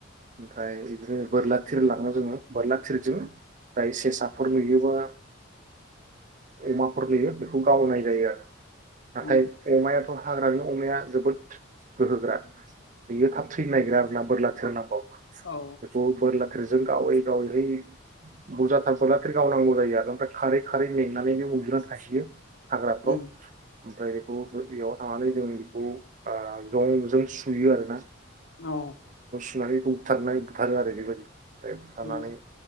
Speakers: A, on the right; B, on the left.
A: ओमफ्राय बिदिनो बोरला थिर लांङो जोङो बोरला थिरजों जाय सेसाफोर नुयोबा अमाफोर नुयो बेखौ गावनाय जायो आरो। नाथाय
B: नंगौ
A: अमायाथ' हाग्रानि अमाया जोबोद गोहो गोरा। बियो थाब थैनो नागिरा आरो ना बोरला थिर नांबाबो।
B: औ
A: बेखौ बोरला थिरजों गावै गावै हैयै बुरजाथार बोरलाथिर गावनांगौ जायो आरो ओमफ्राय खारै खारै मेंनानै बे उन्दुना थाहैयो। हाग्राफोराव
B: उम
A: ओमफ्राय बेखौ बेयाव थांनानै जों बेखौ ओ जंजों थुयो आरो ना
B: औ
A: सुनानै <unintelligible> थारनाय बुथारो आरो बेबायदि। ओमफ्राय बुथारनानै
B: नंगौ